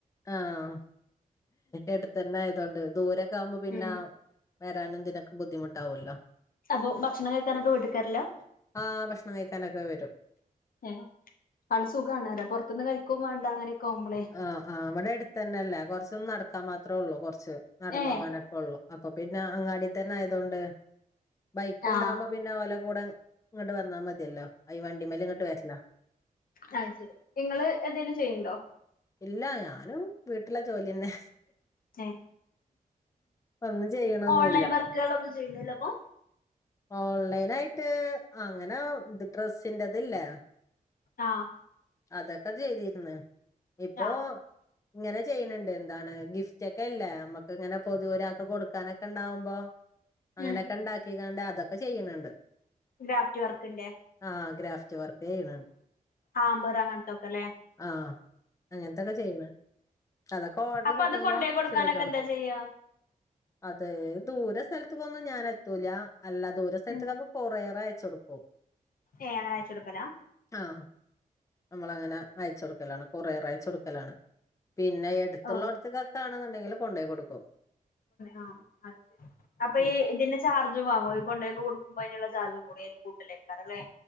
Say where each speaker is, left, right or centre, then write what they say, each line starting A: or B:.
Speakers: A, on the left; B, on the left.
A: ആഹ് എടുത്തന്നെ ആയതൊണ്ട് ദൂരൊക്കെ ആവുമ്പോ പിന്ന
B: ഉം
A: വരാനുംതിനൊക്കെ ബുദ്ധിമുട്ടാവല്ലോ
B: അപ്പൊ ഭക്ഷണം കഴിക്കാനൊക്കെ വീട്ട്ക്കെര്ലാ
A: ആഹ് ഭക്ഷണം കഴിക്കാനൊക്കെ വെരും
B: ഏഹ് ആണ്ട് സുഖണറ്യ പൊറത്ത്ന്ന് കഴിക്കും വാണ്ട അങ്ങനെയൊക്കെ ആവുമ്പളേ
A: ആഹ് ആഹ് വ്ടെ എടുത്തന്നല്ലേ കൊറച്ച്നടക്കാൻ മാത്രേള്ളൂ കൊറച്ച് നടന്ന്പോവാനൊക്കെ
B: ഏ
A: ഒള്ളു അപ്പൊ പിന്നെ അങ്ങാടിതന്നെ ആയതോണ്ട് ബൈക്ക്ണ്ടാവുമ്പോ
B: ആ
A: പിന്നെ ഓല കൂടെ ഇങ്ങട്ട് വന്നാമതിയല്ലോ അയ് വണ്ടിമേല്ങ്ങട്ട് വര്ല
B: ആ ശരി നിങ്ങള് എന്തെലും ചെയ്യണ്ടോ
A: ഇല്ല ഞാനും വീട്ടിലെ ജോലിന്നെ
B: ഏ
A: ഒന്നും ചെയ്യണൊന്നുല്ല
B: ഓൺലൈൻ വർക്കുകളൊന്നും ചെയ്യുന്നില്ല അപ്പൊ
A: ഓൺലൈനയിട്ട് അങ്ങനെ ഇ ഡ്രസ്സിന്റെത് ല്ലേ
B: ആഹ്
A: അതൊക്കെ ശെരിയന്നെ ഇപ്പോ
B: ആ
A: ഇങ്ങനെ ചെയ്യ്ണ് ണ്ട് ന്താണ് ഗിഫ്റ്റെക്കെ ഇല്ലേ മ്മക്ക്ങ്ങനെ പൊതുവരാക്ക്ങ്ങനെ കൊടുക്കാനൊക്കെണ്ടാവുമ്പോ അങ്ങനെക്കണ്ടാക്കികാണ്ട്
B: ഉം
A: അതൊക്കെ ചെയ്യ്ണ് ണ്ട്
B: ഗ്രാഫ്റ്റ് വർക്കിന്റെ
A: ആഹ് ഗ്രാഫ്റ്റ് വർക്ക് ചെയ്യണം
B: ആമ്പറങ്ങൻത്തൊക്കെല്ലേ
A: ആഹ് ഇങ്ങൻത്തൊക്കെ ചെയ്യുന്ന അതൊക്കെ ഓർഡർ
B: അപ്പൊ
A: കിട്ടുമ്പോ
B: അത് കൊണ്ടോയി കൊടുക്കാനൊക്കെ
A: ചെയ്തോട്ക്കും
B: എന്താ ചെയ്യാ
A: അത് ദൂര സെൽത്തിക്കൊന്നും ഞാനെത്തൂല അല്ല ദൂര സ്ഥൽത്ക്കൊക്കെ
B: ഉം
A: കൊറിയറൈച്ചൊട്ക്കും
B: ഏഹ് അങ്ങനെയച്ചൊടുക്കലാ
A: ആഹ് നമ്മളങ്ങനെ അയച്ചൊട്ക്കലാണ് കൊറിയറൈച്ചൊട്ക്കലാണ്. പിന്നെ എടുത്തുള്ളോട്ത്ത്ക്കൊക്കാണെങ്കില്
B: ആ
A: കൊണ്ടോയി കൊടുക്കും.
B: ആ അഹ് ശ അപ്പൊ
A: ഉം
B: ഈ ഇതിന്റെ ചാർജ് വാങ്ങോ കൊണ്ടേയൊക്കെ കൊടുക്കുമ്പയ്നിള്ള ചാർജും കൂടയ്ക്ക് കൂട്ടലേക്കാര ല്ലേ